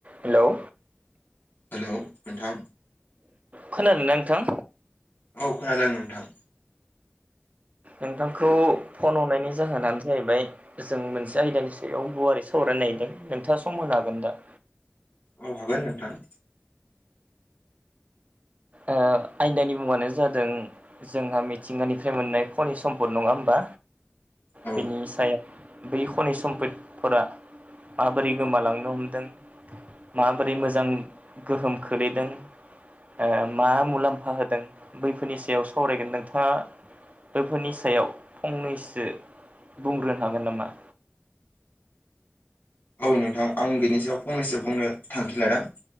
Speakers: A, on the right; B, on the left.
A: Hello
B: hello नोंथां
A: खोनादोंना नोंथां
B: औ खोनादों नोंथां
A: नोंथांखौ फन हरनायनि जाहोनानो जाहैबाय जों मोनसे आयदानि सायाव गुवारै सावरायनो नागिरदों नोंथाङा सम होनो हागोन दा
B: औ हागोन नोंथां।
A: ओ आयदानि मुङानो जादों जोंहा मिथिंगानिफ्राय मोननाय खनि सम्पद नङा होमबा
B: औ
A: बेनि सायाव बै खनि सम्पतफोरा माबोरै गोमालांनो हमदों माबोरै मोजां गोहोम खोलैदों ओ मा मुलाम्फा होदों बैफोरनि सायाव सावरायगोन नोंथाङा बेफोरनि सायाव फंनैसो बुंग्रोनो हागोन नामा?
B: औ नोंथां आं बेनि सायाव फंनैसो बुंनो थांखि लादों।